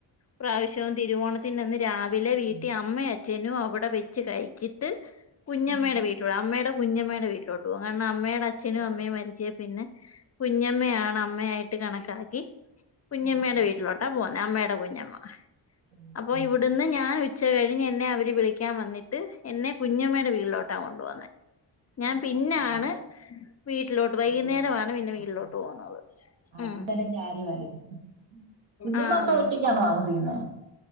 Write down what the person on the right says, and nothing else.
ഉം
ഉം
ഓ
ഓ ഓ ഓ
ഓ
ഓക്കെ
ഓക്കെ
ആ
ആ ആ
പോകുന്നത്
ആ
ആ
ആ,
<unintelligible> കുഞ്ഞമ്മ
അപ്പൊ
ഒറ്റക്കാണോ താമസിക്കുന്നേ